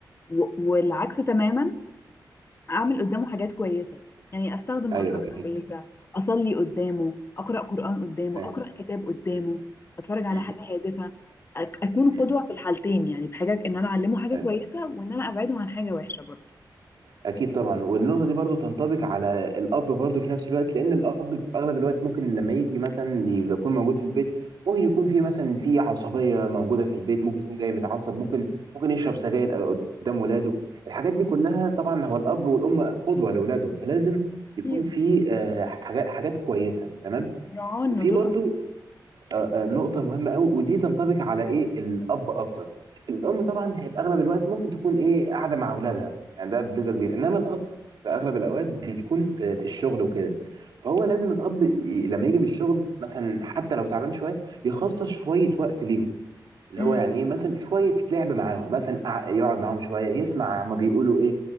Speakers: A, on the left; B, on the right.
A: و- والعكس تماما اعمل قدامه حاجات كويسه يعني استخدم
B: ايوه
A: الفاظ
B: اكيد
A: كويسه اصلي قدامه اقرا قران قدامه
B: ايوه
A: اقرا كتاب قدامه
B: مم.
A: اتفرج على
B: مم.
A: حاجه هادفه أك- اكون
B: مم.
A: قدوه في الحالتين يعني بحاجه ان انا اعلمه حاجه
B: أيوة.
A: كويسه وان انا ابعده عن حاجه وحشه برضو
B: اكيد طبعا والنقطه دي برضو تنطبق على الاب برضو في نفس الوقت لان الاب في اغلب الوقت ممكن لما يجي مثلا يكون موجود في البيت ممكن يكون في مثلا في عصبيه موجوده في البيت ممكن يكون جاي متعصب ممكن ممكن يشرب سجاير قدام ولاده الحاجات دي كلها طبعا هو الاب والام قدوه لاولادهم فلازم يكون
A: اكيد
B: في آه، حاجات حاجات كويسه تمام
A: مراعاه ان
B: وفي
A: دول
B: برضو
A: أطفال.
B: آه، آه، نقطة مهمة قوي ودي تنطبق على ايه الأب أكتر الأم طبعا هي في أغلب الوقت ممكن تكون ايه قاعدة مع أولادها يعني ده بنسبة كبيرة إنما الأب في أغلب الأوقات بيكون في, في الشغل وكده فهو لازم الأب ي- لما يجي من الشغل مثلا حتى لو تعبان شوية يخصص شوية وقت ليهم اللي
A: مم،
B: هو يعني ايه مثلا شويه لعب معاهم مثلا أع- يقعد معاهم شويه يسمع هما بيقولوا ايه